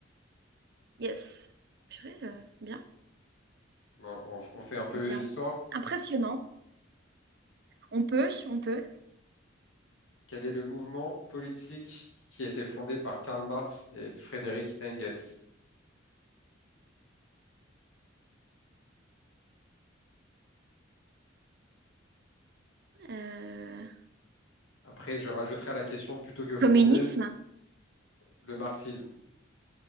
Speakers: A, on the right; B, on the left.
A: Yes. Purée, euh, bien,
B: Bon, on, on fait un peu
A: bien.
B: histoire.
A: Impressionnant. On peut, on peut.
B: Quel est le mouvement politique qui a été fondé par Karl Marx et Frédéric Engels?
A: Euh,
B: Après, je rajouterai à la question plutôt que fondé
A: communisme?
B: le marxisme.